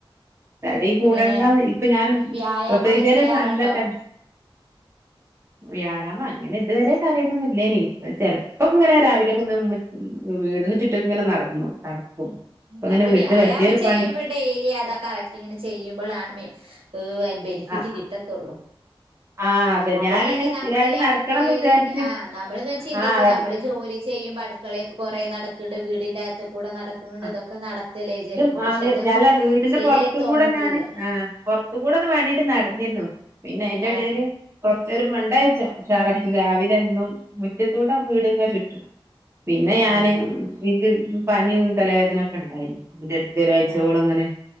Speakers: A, on the right (about 30°); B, on the right (about 80°).
A: തടി കൂടെങ്ങള
B: എങ്ങനെ
A: ഇപ്പൊ ഞാൻ
B: വ്യായാമൊക്കെ
A: പ്രത്യേകിച്ചതിനന്
B: ചെയ്യാറുണ്ടോ
A: ശേഷം നല്ല ത വ്യായാമം അങ്ങനെ ഇതുവരെ കാര്യമായിട്ടൊന്നുംമല്ലനി ഇ ചെലപ്പോ ഇങ്ങനെ രാവിലൊക്കെ വീടിനു ചുറ്റുമക്ക ഇങ്ങനെ നടക്കും. ഇപ്പ ഇങ്ങനെ
B: നമ്മള്
A: വീട്ടില്
B: വ്യായാമം
A: വല്യൊരു
B: ചെയ്യുമ്പോൾ
A: പണി
B: ഡെയിലി അതാ കറക്റ്റ് ഇങ്ങനെ ചെയ്യുമ്പോൾാണ് മേ ഏ് ബെനിഫിറ്റ്
A: ആ
B: കിട്ടത്തുള്ളൂ
A: ആ അതെ
B: അതല്ലെങ്കിൽ
A: ഞാനങ്ങനെ
B: നമ്മൾ
A: സ്ഥിരമായിട്ട്
B: ഈ അടുക്കളയിലും
A: നടക്കണംന്ന് വിചാരിച്ച്
B: ആ് നമ്മൾന്ന് വ ചിന്തിക്കും
A: ആ അത്
B: നമ്മള് ജോലി ചെയ്യുമ്പോ അടു മക്കളൊക്കെ കുറെേ നടക്കണ്ട് വീടിൻന്റെറകത്ത് കൂടെ നടക്കുന്നുണ്ട്
A: ആ
B: ഇതൊക്കെ നടത്തില്ല വിചാരിക്കും,
A: ഇത്
B: പക്ഷെ
A: ആണ്
B: അതൊന്നും
A: അല്ല വീടിന്റെ
B: ശരിയായി
A: പുറത്ത്
B: തോന്നത്തില്ല
A: കൂടെ ഞാന് ആ പുറത്ത് കൂടെ ഒന്ന് വേണ്ടിട്ട് നടന്നിരുന്നു പിന്നെ അയ്‌ന്റെ
B: ആഹ്
A: ഇടയില് കൊറച്ചര രണ്ടഴച്ച പക്ഷേറ രാവിലെ എന്നും മുറ്റത്തൂടെ വീടിങ്ങ ചുറ്റും പിന്നെ ഞാന്
B: ആഹ്
A: പി തലവേദനൊക്ക ഉണ്ടായി പിന്റെ ഇടുത്ത് ഒരാഴ്ചകോള
B: ആഹ്
A: അങ്ങനെ